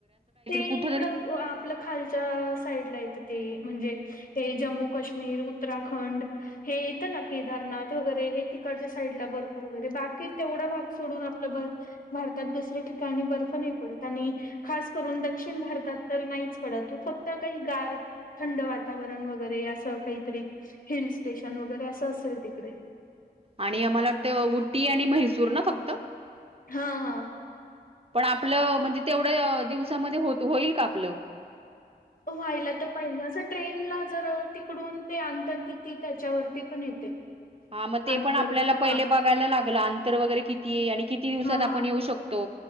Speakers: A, on the left; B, on the right.
A: ते
B: कुठ
A: इकडं
B: तरी
A: आपलं खालच्या साईडला येतं ते म्हणजे हे जम्मू काश्मीर उत्तराखंड हे येतं ना केदारनाथ वगैरे हे तिकडच्या साईडला बर्फ वगैरे बाकी तेवढा भाग सोडून आपलं भारतात दुसऱ्या ठिकाणी बर्फ नाही पडत आणि खास करून दक्षिण भारतात तर नाहीच पडत फक्त काही गार थंड वातावरण वगैरे असं काहीतरी हिल स्टेशन वगैरे अस असेल तिकडे
B: आणि आम्हाला वाटतं उटी आणि म्हैसूर ना फक्त
A: हा हा
B: पण आपलं म्हणजे तेवढं.. दिवसामध्ये हो होईल का हलो
A: व्हायला तर पाहिजे असं ट्रेनला जर तिकडून.. ते आंतर किती त्याच्यावरती पण येते.
B: हा मग ते
A: अंतर
B: पण आपल्याला
A: हा
B: पहिले बघायला लागलं अंतर वगैरे किती आहे आणि किती दिवसात
A: हा
B: आपण येऊ शकतो